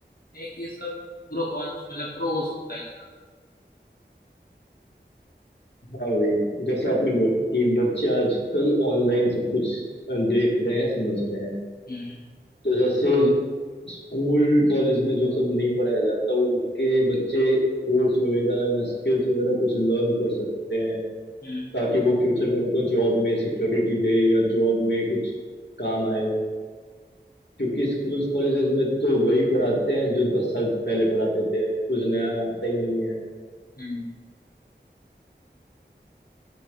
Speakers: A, on the left; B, on the left.
A: है एक ये इसका प्रो कॉन्स मतलब प्रो हो सकता है इसका
B: हाँ भाई जैसे आपने बोला कि बच्चे आजकल ऑनलाइन सब कुछ अ, देख रहे हैं समझ रहे हैं
A: हम्म
B: तो जैसे स्कूल कॉलेज में जो सब नहीं पढ़ाया जाता उनके बच्चे कोर्स वगैरह या स्किल्स वगैरह कुछ लर्न कर सकते हैं
A: हम्म
B: ताकि वो फ्यूचर में उनको जॉब में सिक्योरिटी दे या जॉब में कुछ काम आए क्योंकि स्कूल्स कॉलेजेस में तो वही पढ़ाते हैं जो दस साल पहले पढ़ाते थे कुछ नया आता ही नहीं है
A: हम्म